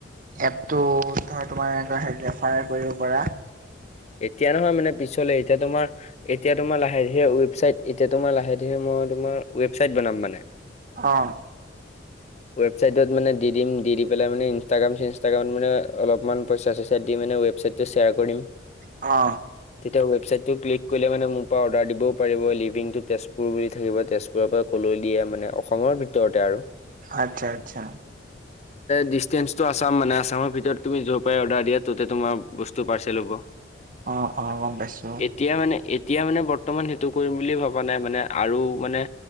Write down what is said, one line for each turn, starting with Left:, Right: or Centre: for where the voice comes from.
Right: এপটো ধৰ তোমাৰ এনেকুৱা হেৰি ৰেফাৰ কৰিব পৰা
Left: এতিয়া নহয় মানে পিছলে এতিয়া তোমাৰ এতিয়া তোমাৰ লাহে-ধিৰে ৱেবচাইট এতিয়া তোমাৰ লাহে-ধিয়ে মই তোমাৰ ৱেবচাইট বনাম মানে।
Right: অ
Left: ৱেবচাইটত মানে দি দিম দি দি পেলাই মানে ইনষ্টাগ্ৰাম চিন ষ্টাগ্ৰামত মানে অলপমান পইচা-চইচা দি মানে ৱেবচাইটটো শ্বেয়াৰ কৰিম।
Right: অ
Left: তেতিয়া ৱেবচাইটটো ক্লিক কৰিলে মানে মোপা অৰ্ডাৰ দিবও পাৰিব লিভিং টু তেজপুৰ বুলি থাকিব তেজ পুৰৰ পৰা ক'লৈ দিয়ে মানে অসমৰ ভিতৰতে আৰু
Right: আটচ্ছা আটচ্ছা
Left: ডিচষ্টেন্ঞ্চটো আচাম মানে আচামৰ ভিতৰত তুমি যৰ পৰাই অৰ্ডাৰ দিয়ে ত'তে তোমাৰ বস্তু পাৰ্চেল হ'ব।
Right: অ অ গম পাইছোঁ।
Left: এতিয়া মানে এতিয়া মানে বৰ্তমান সেইটো কৰিম বুলি ভবা নাই মানে আৰু মানে